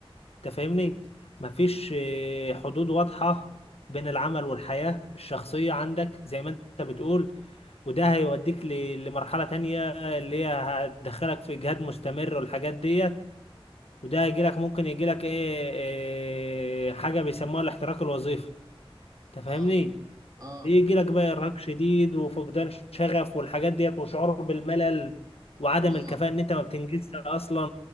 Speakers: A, on the left (about 85°); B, on the right (about 40°).
A: انت فاهمني مفيش آه، حدود واضحة بين العمل والحياة الشخصية عندك زي ما انت بتقول وده هيوديك ل- لمرحلة تانية اللي هي هتدخلك في اجهاد مستمر والحاجات ديت وده هيجيلك ممكن يجيلك ايه, إيه حاجة بيسموها الاحتراق الوظيفي انت فاهمني
B: اه اه
A: يجي لك بقى ارهاق شديد وفقدان شغف والحاجات ديت وشعور بالملل وعدم
B: اه
A: الكفاءة ان انت ما بتنجزش اصلا